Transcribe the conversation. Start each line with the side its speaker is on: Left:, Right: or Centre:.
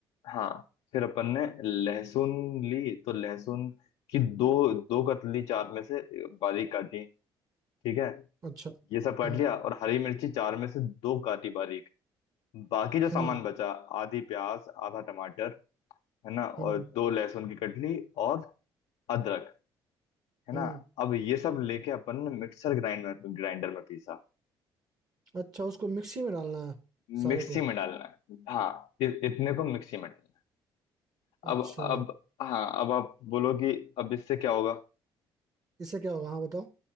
Left: हाँ फिर अपन ने लहसुन ली तो लहसुन की दो दो कतली चार में से बारीक काटी ठीक है
Right: अच्छा
Left: ये सब काट
Right: हम्म
Left: लिया और हरी मिर्ची चार में से दो काटी बारीक बाकी जो सामान
Right: हम्म
Left: बचा आधी प्याज आधा टमाटर है ना और
Right: हम्म
Left: दो लहसुन की कटली और अदरक है
Right: हम्म
Left: ना अब ये सब लेके अपन ने मिक्सर ग्राइंड में ग्राइंडर में पीसा
Right: अच्छा उसको मिक्सी में डालना है सारे
Left: मिक्सी
Right: को
Left: में डालना है हाँ इ, इतने को मिक्सी में डालना है
Right: अच्छा
Left: अब अब हाँ अब आप बोलो कि अब इससे क्या होगा
Right: इससे क्या होगा हाँ बताओ